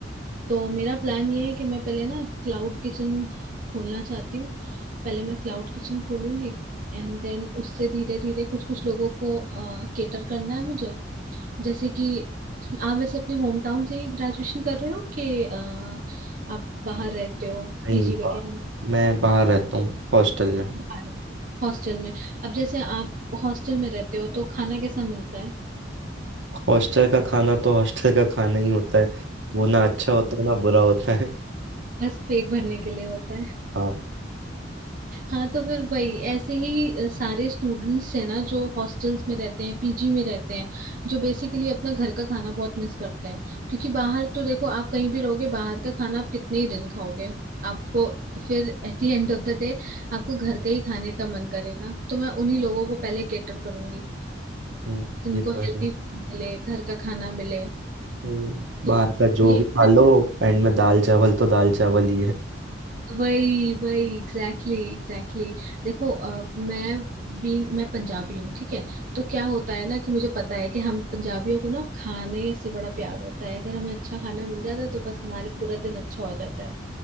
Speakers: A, on the right (about 45°); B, on the right (about 75°).
A: तो मेरा प्लान ये है कि मैं पहले ना क्लाउड किचन खोलना चाहती हूँ पहले मैं क्लाउड किचन खोलूंगी एंड देन उससे धीरे धीरे कुछ कुछ लोगों को केटर करना है मुझे जैसे कि आप वैसे अपने होम टाउन से ही ग्रेजुएशन कर रहे हो कि अ, आप बाहर रहते हो
B: नहीं
A: पीजी
B: बाहर
A: वगैरह में
B: मैं बाहर रहता हूँ हॉस्टल में
A: बाहर रहते हो हॉस्टल में अब जैसे आप हॉस्टल में रहते हो तो खाना कैसा मिलता है
B: हॉस्टल का खाना तो हॉस्टल का खाना ही होता है वो ना अच्छा होता है ना बुरा होता है
A: बस पेट भरने के लिए होता
B: हाँ
A: हाँ तो फिर वही ऐसे ही अ, सारे स्टूडेंट्स है ना जो हॉस्टल्स में रहते हैं पीजी में रहते हैं जो बेसिकली अपना घर का खाना बहुत मिस करते हैं क्योंकि बाहर तो देखो आप कहीं भी रहोगे बाहर का खाना आप कितने ही दिन खाओगे आपको फिर at the end of the day आपको घर का ही खाने का मन करेगा तो मैं उन्हीं लोगों को पहले केटर करूंगी
B: हम्म,
A: जिनको
B: ये तो
A: हेल्दी
B: है
A: फूड मिले घर का खाना मिले
B: वही
A: तो
B: बाहर का जो
A: यही
B: भी खा
A: मेरा
B: लो एंड में दाल चावल तो दाल चावल ही है
A: वही वही एग्जैक्टली exactly, एग्जैक्टली exactly. देखो अ, मैं भी मैं पंजाबी हूँ ठीक है तो क्या होता है ना कि मुझे पता है कि हम पंजाबियों को ना खाने से बड़ा प्यार होता है अगर हमें अच्छा खाना मिल जाता है तो बस हमारे पूरा दिन अच्छा हो जाता है